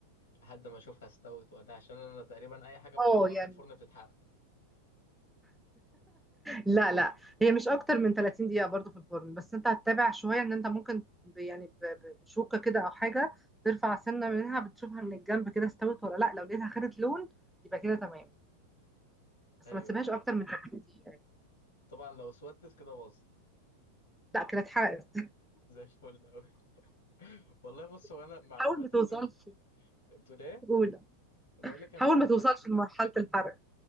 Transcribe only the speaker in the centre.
اه يعني
لا لا هي مش اكتر من 30 دقيقة برضو في الفرن بس انت هتتابع شوية ان انت ممكن ب- يعني ب- بشوكة كده او حاجة ترفع سنة منها بتشوفها من الجنب كده استوت ولا لا لو لقيتها خدت لون يبقى كده تمام بس
ما تسيبهاش
اكتر من 30 دقيقة يعني.
لا كده اتحرقت
<laughs>
حاول ما توصلش
اولى
حاول
ما توصلش لمرحلة الحرق